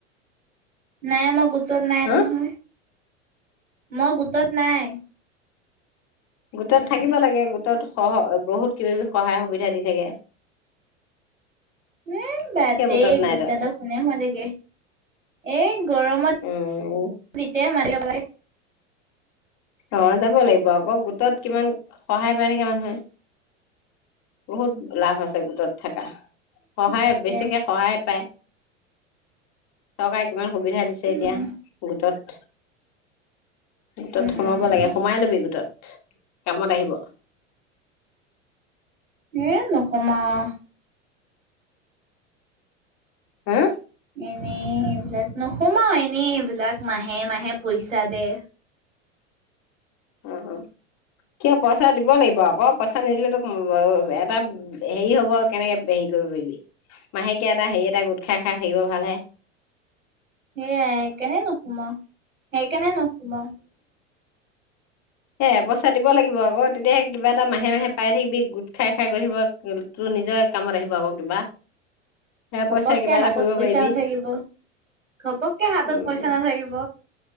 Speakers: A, on the right (about 85°); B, on the left (about 45°).
A: নাই মই গোটত নাই
B: হা
A: নহয়। মই গোটত নাই।
B: গোটত
A: উম
B: থাকিব লাগে গোটত সহ বহুত কিব কিবি সহায় সুবিধা দি থাকে।
A: এই বাদদে,
B: কিয় গোটত নাই
A: গোটদালত
B: তই
A: কোনে সোমাই থাকে। এ গৰমত,
B: উম
A: তেতিয়াই মা <unintelligible>
B: অ', যাব লাগিব আকৌ? গোটত কিমান সহায় পায় নেকি মানুহে। বহুত লাভ আছে গোটত থকা, সহায়
A: তাতে
B: বেছিকে সহায় পায়। চৰকাৰে কিমান সুবিধা দিছে
A: উম
B: এতিয়া গোটত। গোটত
A: উম
B: সে
A: উম
B: সোমায় লবি গোটত, কামত আহিব।
A: এ নোসোমাও
B: হা
A: এনেই এইবিলাক, নোসোমাও এনেই এইবিলাক মাহে মাহে পইচা দে
B: অ', অ', কিয় পইচা দিব লাগিব আকৌ, পইচা নিদিলে তোক এটা হেৰি হব কেনেকে হেৰি কৰিব পাৰিবি, মাহেকীয়া এটা হেৰি এটা গোট খাই খাই থাকিব ভাল হে।
A: সেইয়াই সেইকাৰণে নোসোমাওঁ সেইকাৰণে নোসোমাওঁ।
B: সে এবচ পইচা দিব লাগিব আকৌ তেতিয়াহে কিবা এটা মাহে মাহে পাই থাকিবি গোট খাই খাই গৈ তোৰ নিজৰ কামত আহিব আকৌ কিবা। সেয়া
A: ঘপককে
B: পইচা কিবা
A: হাতত
B: এটা কৰিব
A: পইচা
B: পাৰিবি
A: নাথাকিব, ঘপককে হাতত
B: উম
A: পইচা নাথাকিব।